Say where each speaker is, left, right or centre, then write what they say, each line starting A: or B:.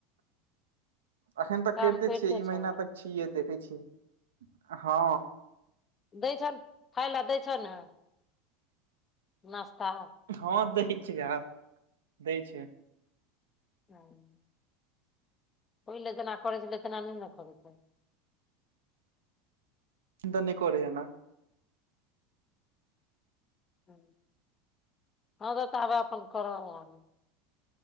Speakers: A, on the right; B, on the left.
A: अखन तक
B: काम
A: करिते छियै, ई
B: छौ
A: महिना तक छियै, देखै छियै, हँ।
B: दै छन, खाइ लऽ दै छ न? नाश्ता
A: हँ, दै छै आब, दै छै।
B: <inaudible> पहिले जेना करै छलै, तेना नहि ने करै छै।
A: द नइ करैय एना।
B: हँ तऽ ताबे अप्पन कऽर <unintelligible>